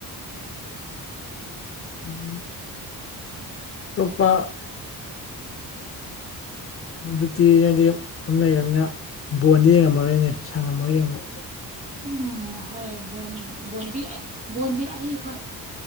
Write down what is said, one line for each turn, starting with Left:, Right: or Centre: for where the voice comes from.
Left: ꯎꯝ ꯑꯇꯣꯞꯄ ꯑꯉꯥꯡ ꯇꯤ ꯍꯥꯏꯗꯤ ꯑꯗꯨ ꯂꯩꯅꯤꯅ ꯕꯣꯟꯗꯤ ꯌꯦꯡꯉꯝꯃꯔꯣꯏꯅꯦ ꯁꯪꯉꯝꯃꯒ ꯌꯦꯡꯕ
Right: ꯎꯝ ꯍꯣꯏ ꯕꯣꯟ ꯗꯤ ꯕꯣꯟꯗꯤ ꯑꯩ ꯍꯣꯏ